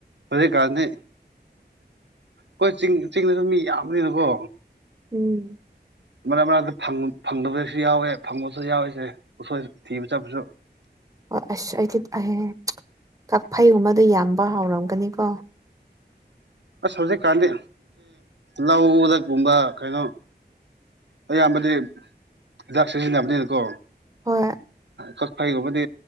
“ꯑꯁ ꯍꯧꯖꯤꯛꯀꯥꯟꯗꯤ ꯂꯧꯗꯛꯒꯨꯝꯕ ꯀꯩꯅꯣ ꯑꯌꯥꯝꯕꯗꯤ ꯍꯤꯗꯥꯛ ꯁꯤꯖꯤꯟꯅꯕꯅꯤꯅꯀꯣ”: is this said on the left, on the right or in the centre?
Right